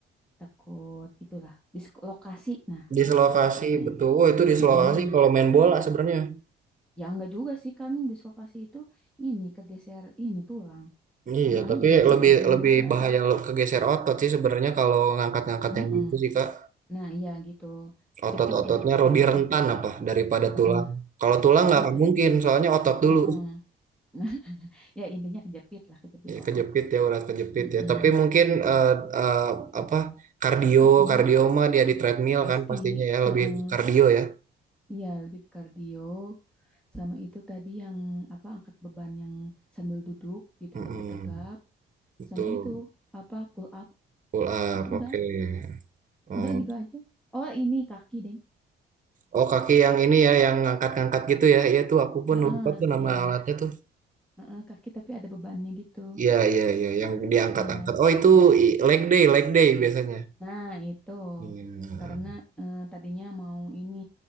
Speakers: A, in the centre; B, on the right.
A: takut itulah dislokasi, nah
B: Dislokasi,
A: lebih tepatnya.
B: betul. Oh itu dislokasi
A: Mm-mm.
B: kalau main bola sebenarnya.
A: Ya enggak juga sih kan dislokasi itu ini kegeser ini tulang.
B: Iya,
A: Sama
B: tapi
A: aja sih
B: lebih
A: di gym
B: lebih
A: juga
B: bahaya
A: ada.
B: lo- kegeser otot sih sebenarnya kalau ngangkat-ngangkat
A: Mm-mm.
B: yang gitu sih Kak.
A: Nah iya gitu kejepit
B: Otot-ototnya
A: ya kejepit
B: lebih
A: otot.
B: rentan apa daripada
A: Heeh,
B: tulang. Kalau tulang
A: heeh,
B: nggak akan
A: ke-
B: mungkin, soalnya otot dulu.
A: heeh. <laughs> Nah, ya intinya kejepit lah kejepit
B: Iya
A: otot.
B: kejepit ya urat kejepit
A: Mm-mm.
B: ya. Tapi mungkin eh, eh, apa kardio
A: Mm-mm,
B: kardio mah dia di treadmill
A: pasti.
B: kan pastinya ya
A: Heeh.
B: lebih ke kardio ya.
A: Iya, lebih ke kardio. Sama itu tadi yang apa angkat beban yang sambil duduk gitu
B: Mm-mm,
A: tapi tegap.
B: betul.
A: Sama itu apa pull up.
B: Pull up.
A: Itu
B: Oke.
A: udah,
B: Oh,
A: udah gitu aja. Oh, ini kaki, Deng.
B: oh, kaki yang ini ya yang ngangkat-ngangkat gitu ya. Iya tuh aku pun
A: Heeh,
B: lupa tuh nama
A: ya.
B: alatnya tuh.
A: Heeh, kaki tapi ada bebannya gitu.
B: Iya iya iya yang diangkat-angkat.
A: Iya.
B: Oh itu i- leg day leg day biasanya.
A: Nah, itu
B: Iya.
A: karena eh, tadinya mau ini